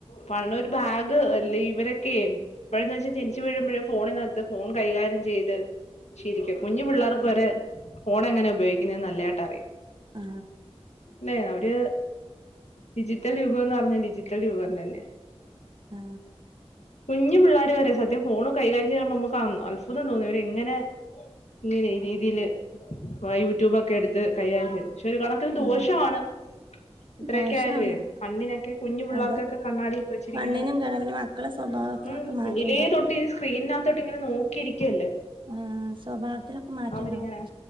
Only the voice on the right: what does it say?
ആഹ്
ആ
ആ
ആഹ്
ദോഷാണ്
അതെ
കണ്ണിനും കേടാ പിന്നെ മക്കളെ സ്വഭാവത്തിലൊക്കെ
മാറ്റണ്ടാവും
ആഹ് സ്വഭാവത്തിലൊക്കെ മാറ്റുണ്ടാവും